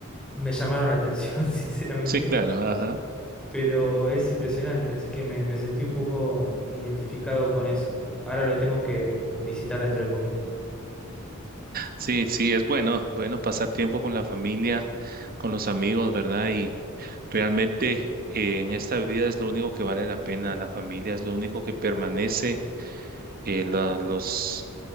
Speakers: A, in the centre; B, on the right.
A: me llamaron la atención, <laughs> sinceramente,
B: Sí, claro, ajá.
A: pero es impresionante, así que me, me sentí un poco identificado con eso. Ahora lo tengo que visitar dentro de poquito.
B: Sí, sí, es bueno, bueno pasar tiempo con la familia, con los amigos, ¿verdad? Y realmente eh, en esta vida es lo único que vale la pena, la familia es lo único que permanece, eh, la- los